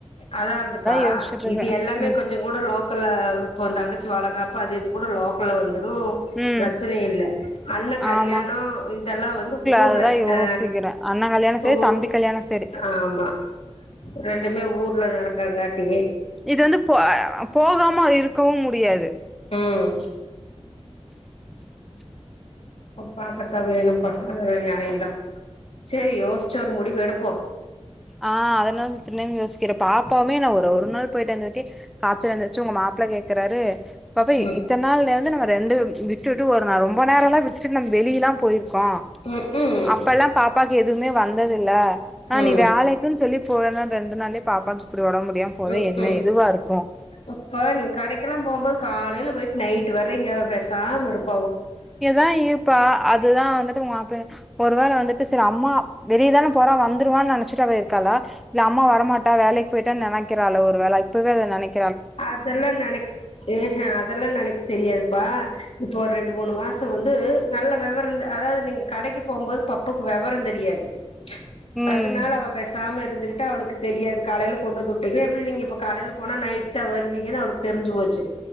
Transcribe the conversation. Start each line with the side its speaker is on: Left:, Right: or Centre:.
Left: அதாவதுப்பா
Centre: யோசிச்சுட்ருக்கே
Left: இது எல்லாமே
Centre: ம்
Left: கொஞ்ச கூட லோக்கல்ல இப்போ தங்கச்சி வளகாப் ப்பு பாதி இது கூட லோக்கல்ல வந்து ப்ரோ
Centre: ம்
Left: பிரச்சனை இல்ல அண்ண கல்யாண
Centre: ஆமா
Left: இதெல்லா வந்து ஊர்ல
Centre: அதுதா யோசிக்கிறே
Left: ஆ
Centre: அண்ண கல்யாணோ செரி
Left: உ
Centre: தம்பி கல்யாணோ செரி
Left: ஆமா ரெண்டுமே ஊர்ல நடக்கிறங்காட்டி
Centre: இது வந்து போ அ போகாம அது இருக் கோவு முடியாது
Left: ம்
Centre: <inaudible>
Left: பாக்கத்தா வேணும்ப்பா அத நியாயதா செரி யோசிச்சு ஒரு முடிவு எடுப்போ
Centre: ஆ அதன என்னனு யோசிக்கிறே பாப்பாவுமே நா ஒ ஒரு நாள் போயிட்டு வந்ததுக்கே காச்சல் வந்துருச்சு உங்க மாப்பிளை கேட்கறாரு பா
Left: ம்
Centre: இத்தன நாள்ல இருந்து நம்ம ரெண்டு விட்டு விட்டு ஒரு. நா ரொம்ப நேரல்லா விட்டுட்டு வெளியல்லா போயி பா
Left: ம் ம்
Centre: அப்பல்லா பாப்பாக்கு எதுவுமே வந்தத இல்ல நான்
Left: ம்
Centre: இப் ன்ன சொி போவேன்னா அதனாலே பாப்பாவுக்கு இப்படி உடம்ப முடியும் போத
Left: ம்
Centre: என்ன
Left: ம்
Centre: எதுவா இருக்கும்
Left: இப்ப நீ கடைக்கெல்லா போம்போது காலையில போய்டிட்டு நைட்டு் வர்ற இங்க விசாம இருக்கும்
Centre: இங்கதா இருப்பா அதுதான் வந்துட்டு உங்க மாப்ள ஒருவேளை வந்துட்டு சரி அம்மா வெளியதானே போறா வந்துருவான்னு நினச்சிட்டு அவ க்கா இல்ல அம்மா வரமாட்டா வேலைக்கு போயட்டு நனைக்கிறால ஒரு வேல இப்பவே அதை நனக்க
Left: அதெல்லாம் நனக்கு ஹ ஹ அதெல்லாம் எனக்கு தெரியாதுப்பா இப்போ ஒரு ரெண்டு மூணு மாசம் வந்து நல்ல விவரம் அதாவது நீங்க கடைக்கு போகும்போது பப்புக்கு விவரம் தெரியாது
Centre: ம்
Left: அதனால அவ பேச பேசாம இருந்துகிட்டு அவுளுக்கு தெரியாது காயில கொண்டுந்துட்டீங்க எப்டி நீங்க இப்ப காலயில போனா நைட் வருவீங்கு அவுளுக்கு தெரிஞ்சு போச்சு